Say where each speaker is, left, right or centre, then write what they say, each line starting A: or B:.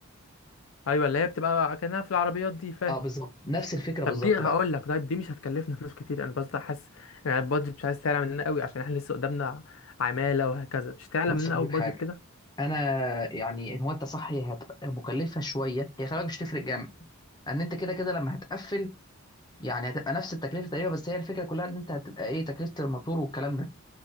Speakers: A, on the left; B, on the left.
A: ايوه اللي هي بتبقى كأنها في العربيات دي فاهم
B: اه بالظبط نفس الفكره
A: طب
B: بالظبط
A: دي هقول
B: بقى
A: لك طيب دي مش هتكلفنا فلوس كتير انا بس حاسس يعني البادجت مش عايز تعلى مننا قوي عشان احنا لسه قدامنا عماله وهكذا مش تعلى
B: بص
A: مننا
B: اقول
A: قوي
B: لك
A: البادجت
B: حاجه
A: كده
B: انا يعني ان هو انت صح هي هتبقى مكلفه شويه هي خلي بالك مش تفرق جامد ان انت كده كده لما هتقفل يعني هتبقى نفس التكلفه تقريبا بس هي الفكره كلها ان انت هتبقى ايه تكلفه الموتور والكلام ده